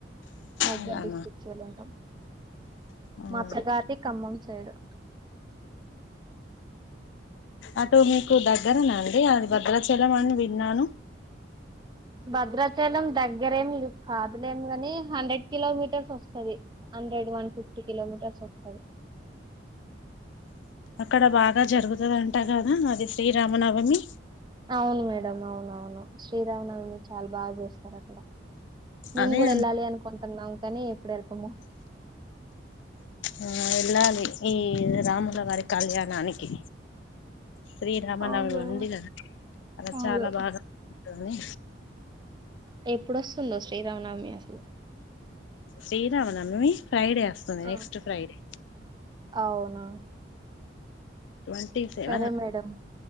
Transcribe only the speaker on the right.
మౌబాద్
డిస్టిక్కేళ్ళుంటాం
మత్తగారిది ఖమ్మం సైడ్
భద్రాచలం దగ్గరేమి కాదులేం కని హండ్రెడ్ కిలోమీటర్స్ వస్తది హండ్రెడ్ వన్ ఫిఫ్టీ కిలోమీటర్స్ వస్తది
అవును మేడం అవున అవును శ్రీరామనవి మీరు చాలా బాగా చేస్తారు అక్కడ మేము
కూడా వెళ్ళాలి
అనుకుంటున్నాం కానీ ఎప్పుడెల్తమో
అవును
అవును
ఎప్పుడొస్తుందో శ్రీరామనవమి అసలు
ఆ
అవునా
సరే మేడంమ్